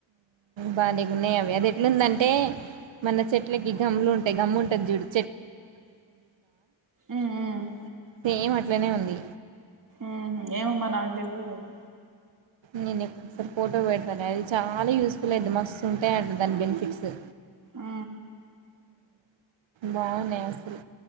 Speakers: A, on the right; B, on the right.
A: బాలేగున్నాయి అవి అది ఎట్లుందంటే మన చెట్లకి గమ్లు ఉంటాయి గమ్ము ఉంటది జూడు
B: ఉమ్ ఉమ్
A: సేమ్ అట్ల నే ఉంది.
B: ఊహ్మ్ ఏమో మరి నాకు దెల్వది అది
A: నేనీకొకసారి ఫోటో వెడతా అది చాలా యూస్ఫుల్ అయిద్ది మస్తు ఉంటాయి అంట దాని బెనిఫిట్సు
B: ఆ
A: బావున్నాయి అసలు